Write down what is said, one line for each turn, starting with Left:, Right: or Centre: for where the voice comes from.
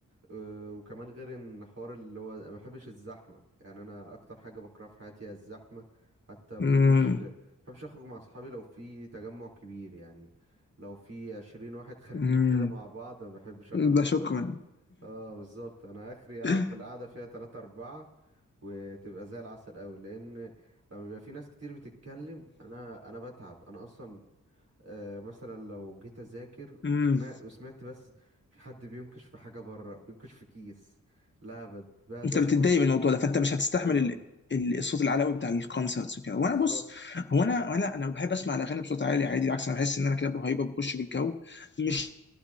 Right: آه، وكمان غير ان حوار اللي هو ما بحبش الزحمه يعني انا اكتر حاجه بكرهها في حياتي هي الزحمه حتى ما بحبش
Left: امم
Right: ما بحبش اخرج مع اصحابي لو في تجمع كبير يعني لو في عشرين واحد خارجين
Left: امم
Right: كده مع بعض ما بحبش اخرج
Left: ده
Right: بصراحه
Left: شكرا
Right: اه بالظبط انا اخري اقعد
Left: <laughs>
Right: في القعده فيها تلاتة اربعة وتبقى زي العسل قوي لان لما بيبقى في ناس كتير بتتكلم انا انا بتعب انا اصلا آه، مثلا لو جيت اذاكر
Left: امم
Right: وسمعت وسمعت بس في حد بينكش في حاجه بره بينكش في كيس لا بتبهدل
Left: انت بتتضايق
Right: خالص
Left: من الموضوع ده فانت مش هتستحمل
Right: اه
Left: ال... ال- الصوت العلوي بتاع الكونسرتس وكده
Right: بالظبط
Left: وانا بص هو انا انا انا بحب اسمع الاغاني بصوت عالي عادي بالعكس انا بحس ان انا كده بهيبه بخش بالجو مش